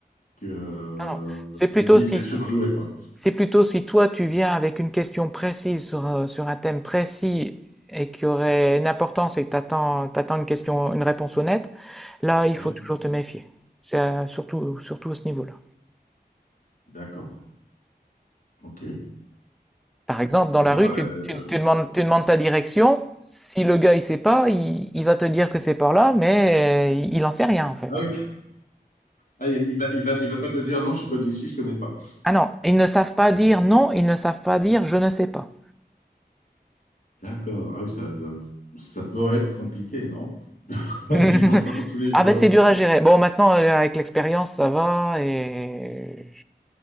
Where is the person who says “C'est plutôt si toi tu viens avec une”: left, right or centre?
Centre